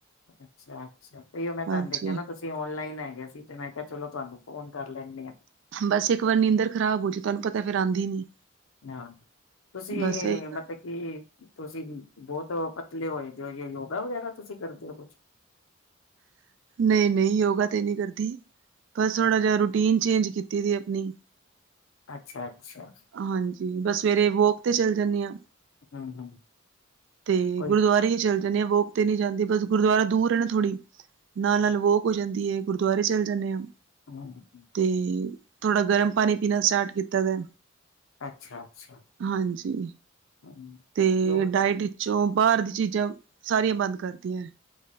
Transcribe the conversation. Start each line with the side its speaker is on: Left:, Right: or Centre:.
Left: ਅੱਛਾ ਅੱਛਾ ਤੇਓ ਮੈਂ ਤੁਹਾਨੂੰ
Right: ਹਾਂਜੀ
Left: ਦੇਖਿਆ ਨਾ ਤੁਂਸ ਓਨਲਾਈਨ ਹੈ ਗੇ ਸੀ ਤੇ ਮੈਂ ਕਿਹਾ ਚਲੋ ਤੁਹਾਨੂੰ ਫੋਨ ਕਰ ਲੈਂਦੇ ਆਂ
Right: ਬਸ ਇੱਕ ਵਾਰ ਨੀਂਦਰ ਖ਼ਰਾਬ ਹੋ ਜਾਏ <unintelligible> ਤੁਹਾਨੂੰ ਪਤਾ ਫਿਰ ਆਂਦੀ ਨੀ
Left: ਹਾਂ ਤੁਸੀਂ
Right: ਬਸ ਇਹ ਗੱਲ
Left: ਮਤ ਕਿ। ਤੁਸੀਂ ਬਹੁਤ ਪਤਲੇ ਹੋਏ ਪਏ ਓ ਯੇ ਯੋਗਾ ਵਗੈਰਾ ਤੁਸੀਂ ਕਰਦੇ ਹੋ ਕੁਛ।
Right: ਨਹੀਂ ਨਹੀਂ ਯੋਗਾ ਤੇ ਨਹੀਂ ਕਰਦੀ ਬਸ ਥੋੜਾ ਜਿਹਾ ਰੂਟੀਨ ਚੇਂਜ ਕੀ ਕੀਤੀ ਦੀ ਆਪਣੀ
Left: ਅੱਛਾ ਅੱਛਾ
Right: ਹਾਂਜੀ ਬਸ ਸਵੇਰੇ ਵੋਕ ਤੇ ਚੱਲ ਜਾਨੀ ਆ
Left: ਹਮ ਹਮ
Right: ਤੇ
Left: ਕੋਈ
Right: ਗੁਰਦੁਆਰੇ ਹੀ ਚੱਲ ਜਾਨੀ ਵੋਕ ਤੇ ਨੀ ਜਾਂਦੀ ਬਸ ਗੁਰਦੁਆ ਦੂਰ ਐ ਨਾ ਥੋੜੀ ਨਾਲ ਨਾਲ ਵੋਕ ਹੋ ਜਾਂਦੀ ਏ ਗੁਰਦੁਆਰੇ ਚੱਲ ਜਾਨੇ ਆ
Left: ਹਾਂ <unintelligible>
Right: ਤੇ ਥੋੜਾ ਗਰਮ ਪਾਣੀ ਪੀਣਾ ਸਟਾਰਟ ਕੀਤੈ ਵੈ
Left: ਅੱਛਾ-ਅੱਛਾ
Right: ਹਾਂਜੀ
Left: ਹੂੰ।
Right: ਤੇ
Left: ਯੋਗ
Right: ਡਾਇਟ ਚੋਂ ਬਾਹਰ ਦੀ ਚੀਜ਼ਾਂ ਸਾਰੀਆਂ ਬੰਦ ਕਰਤੀਆਂ